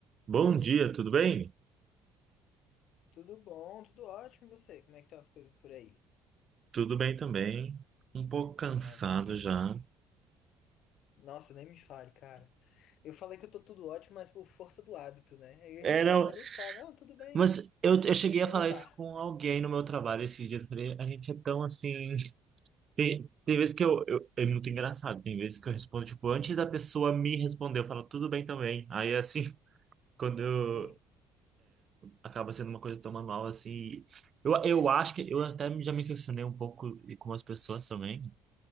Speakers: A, on the right (about 25°); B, on the left (about 55°).
A: Bom dia, tudo bem?
B: Tudo bom, tudo ótimo. E você? Como é que estão as coisas por aí?
A: Tudo bem também. Um pouco cansado
B: Maravilha.
A: já.
B: Nossa, nem me fale, cara. Eu falei que eu tô tudo ótimo, mas por força do hábito, né? E a
A: É,
B: gente
A: não,
B: tem a mania de falar, não, tudo bem,
A: mas eu, eu cheguei
B: mas
A: a falar
B: não tá.
A: isso com alguém no meu trabalho esses dias. Eu falei, a gente é tão assim. Tem, tem vezes que eu, eu. É muito engraçado. Tem vezes que eu respondo, tipo, antes da pessoa me responder, eu falo, tudo bem também. Aí, assim, <laughs> quando eu,
B: Sim,
A: acaba sendo uma coisa tão manual, assim. Eu, eu acho que. Eu até já me questionei um pouco com as pessoas também.